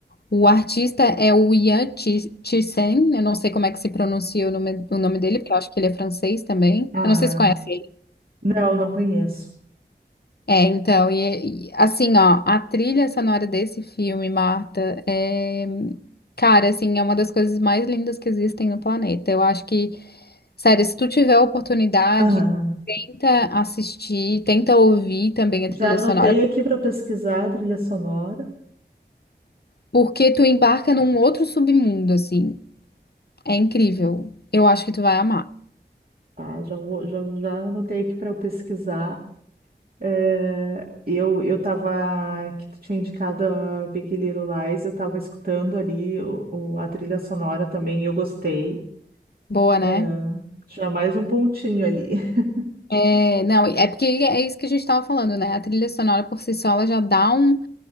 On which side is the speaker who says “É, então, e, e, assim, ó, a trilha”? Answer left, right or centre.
Left